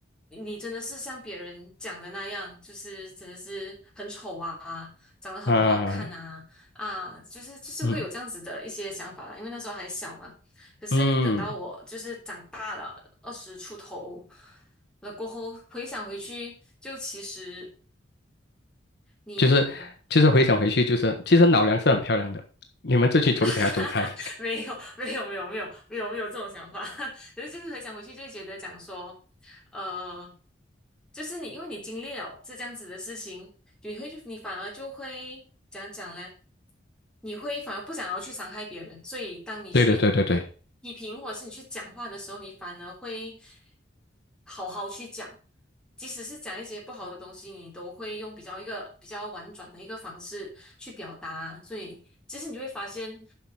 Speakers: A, in the centre; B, on the left.
A: 你真的是像别人讲的那样，就是真的是很丑啊，长得很不好看啊。
B: 啊
A: 啊，就是就是会有这样子的一些想法啦，
B: 嗯
A: 因为那时候还小嘛，可是等到我就是长大了，
B: 嗯，
A: 二十出头了过后，回想回去，就其实你
B: 就是就是回想回去，就是其实老梁是很漂亮的，你们这群丑小鸭走开。
A: <laughs> 没有没有没有没有没有没有这种想法，<laughs> 可是就是回想回去就会觉得讲说，呃，就是你因为你经历了这这样子的事情，你会去，你反而就会怎样讲呢？你会反而不想要去伤害别人，所以当你去
B: 对对对对对，
A: 批评或者是你去讲话的时候，你反而会好好去讲，即使是讲一些不好的东西，你都会用比较一个比较婉转的一个方式去表达。所以其实你会发现，